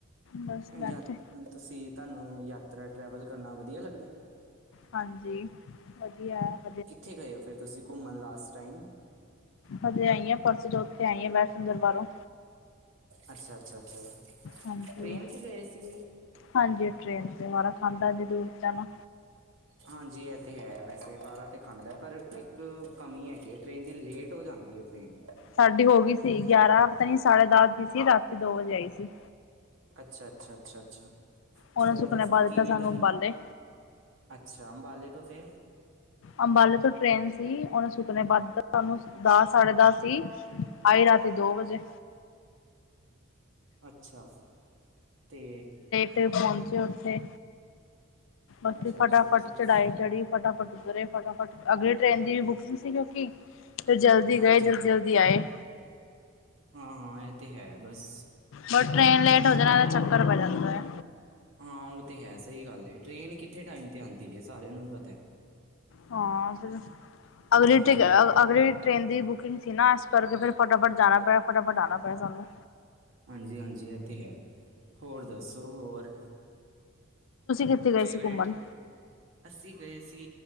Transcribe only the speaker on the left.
ਬਸ ਬੈਠੇ
ਹਾਂਜੀ- ਵਧੀਆ ਐ।
ਹਜੇ ਆਈ ਆਂ, ਰਸੋਂ ਚਓਥੇ ਆਈ ਆਂ ਵੈਸ਼ਨੋ ਦਰਬਾਰੋਂ।
ਹਾਂਜੀ,
ਹਾਂਜੀ ਟ੍ਰੇਨ ਤੇ ਵਾਰਾ ਖਾਂਦਾ ਏਨੀ ਦੂਰ ਜਾਨਾ।
ਸਾਡੀ ਹੋ ਗੀ ਸੀ, ਗਿਆਰਾਂ ਪਤਾ ਨੀ ਸਾਢੇ ਦਸ ਦੀ ਸੀ ਰਾਤੀ ਦੋ ਵਜੇ ਆਈ ਸੀ
ਉਹਨੇ
ਸੁੱਕਨੇ
ਪਾ
ਦਿੱਤਾ ਸਾਨੂੰ
ਅੰਬਾਲੇ।
ਅੰਬਾਲੇ ਤੋਂ ਟ੍ਰੇਨ ਸੀ ਉਹਨੇ ਸੁਕਨੇ ਬਾ ਦਿੱਤਾ ਸਾਨੂੰ ਦਸ ਸਾਢੇ ਦਸ ਸੀ। ਆਏ ਰਾਤੀ ਦੋ ਵਜੇ।
ਤੇ ਪਹੁੰਚੇ ਉੱਥੇ ਅਸੀ
ਫਟਾਫਟ
ਚੜ੍ਹਾਈ ਚੜ੍ਹੀ। ਫਟਾਫਟ ਉਤਰੇ ਫਟਾਫਟ ਅਗਲੀ ਟ੍ਰੇਨ ਦੀ ਵੀ ਬੁਕਿੰਗ ਸੀ, ਕਿਉਂਕਿ ਫੇਰ ਜਲਦੀ
ਗਏ ਜਲਦੀ-ਜਲਦੀ ਦੀ ਆਏ।
ਬਸ ਟ੍ਰੇਨ ਲੇਟ ਹੋਜੇ ਨਾ ਤੇ ਚੱਕਰ ਪੈ ਜਾਂਦਾ ਹੈ।
ਹਾਂ ਫਿਰ ਅਗਲੀ
<unintelligible> ਅਗਲੀ ਟ੍ਰੇਨ ਦੀ ਬੁਕਿੰਗ ਸੀ ਨਾ ਇਸ ਕਰਕੇ ਫਿਰ ਫਟਾਫਟ ਜਾਣਾ ਪਿਆ ਫਟਾਫਟ ਆਉਣਾ ਪਿਆ ਸਾਨੂੰ।
ਕਿਥੇ ਗਏ
ਸੀ ਘੁੰਮਣ?